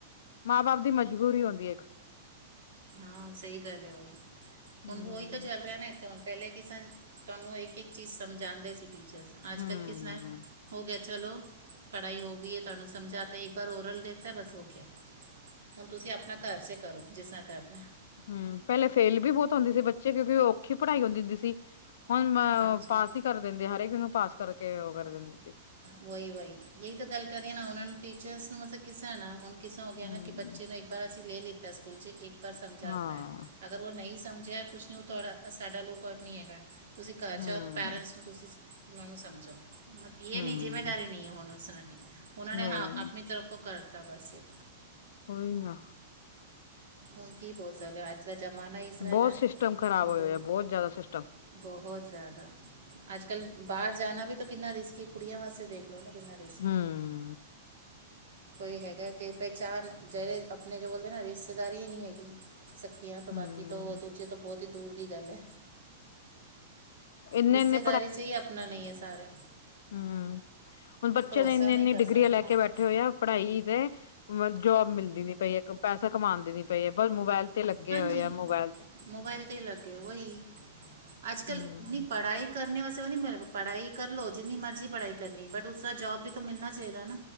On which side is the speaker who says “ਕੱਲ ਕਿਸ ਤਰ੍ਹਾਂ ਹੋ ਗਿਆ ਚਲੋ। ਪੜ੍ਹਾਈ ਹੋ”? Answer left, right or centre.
Right